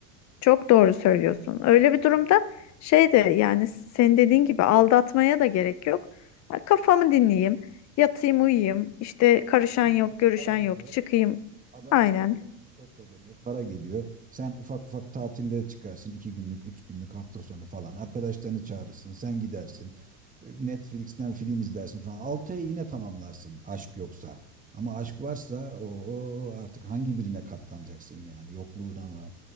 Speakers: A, on the left; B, on the right.
A: Çok doğru söylüyorsun. Öyle bir durumda şey de yani senin dediğin gibi aldatmaya da gerek yok. Ha, Kafamı dinleyeyim, yatayım uyuyayım, işte karışan
B: Aynen.
A: yok, görüşen
B: Para geliyor.
A: yok, çıkayım.
B: Adam
A: Aynen
B: ze- zengin çok kazanıyor, para geliyor. Sen ufak ufak tatillere çıkarsın, iki günlük, üç günlük hafta sonu falan. Arkadaşlarını çağırırsın, sen gidersin. e, Netflix'ten film izlersin falan. Altı ay yine tamamlarsın aşk yoksa. Ama aşk varsa o artık hangi birine katlanacaksın yani? Yokluğuna mı?